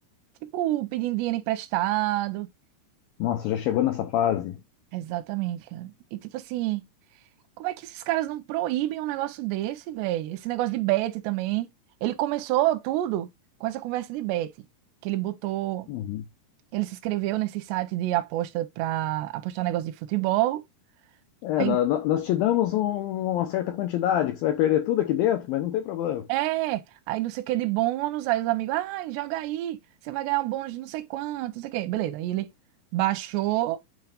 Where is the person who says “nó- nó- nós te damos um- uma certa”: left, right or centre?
Left